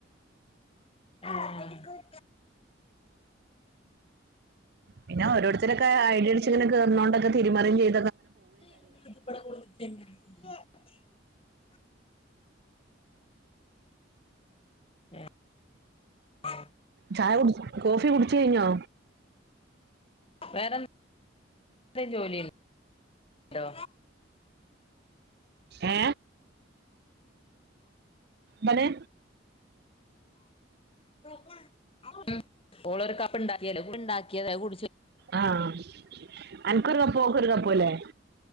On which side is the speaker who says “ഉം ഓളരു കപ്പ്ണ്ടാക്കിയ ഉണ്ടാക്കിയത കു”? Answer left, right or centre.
Left